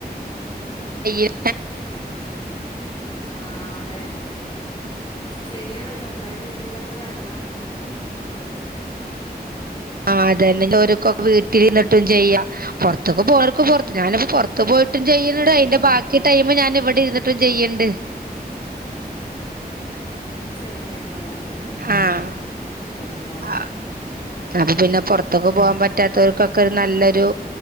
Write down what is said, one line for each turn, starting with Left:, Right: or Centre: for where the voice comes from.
Right: <inaudible>
Left: ആഹ് അതന്നെ ശരിയാണ് സ്വന്തായിട്ട് എന്തെങ്കിലു ഒക്കെ വേണം
Right: ആ അതന്നെോക്കൊക്കെ വീട്ടിൽ ഇര്ന്നിട്ടും ചെയ്യാം പുറത്തൊക്കെ പോണോൽക്ക് പുറത്ത് ഞാനിപ്പോ പുറത്ത് പോയിട്ടും ചെയ്യണണ്ട്
Left: ചെയ്യാ
Right: അതിന്റെ ബാക്കി ടൈമ് ഞാന് ഇവിടെ ഇര്ന്നിട്ടും ചെയ്യണ്ട്
Left: ആ ചെയ്യ്ണ്ട് ആഹ് ആ
Right: ആഹ്
Left: പിന്നെ
Right: ആഹ് അപ്പൊ പിന്നെ പൊറത്തൊക്കെ
Left: ആഹ്
Right: പോകാൻ പറ്റാത്തവർക്കൊക്കെ ഒരു നല്ലൊരു